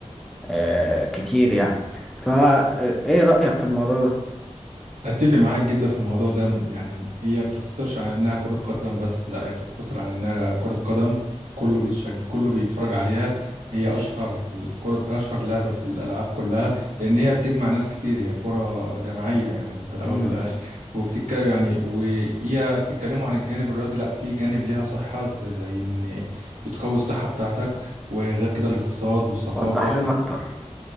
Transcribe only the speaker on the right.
اتفق معاك جدا في الموضوع ده م- يعني هي بتختصرش عن انها كرة قدم بس لا هي بتختصر عن انها كرة قدم كله بيتشج... كله بيتفرج عليها هي اشهر الكرة اشهر لعبة في الالعاب كلها لان هي بتجمع ناس كتير هي كرة جماعية يعني في الاول
والاخر وبتتك يعني وهي بتتكلموا عن الجانب الرياضي لا في جانب ليها صحة زي زي ان بتقوي الصحة بتاعتك وغير كده الاقتصاد والثقافة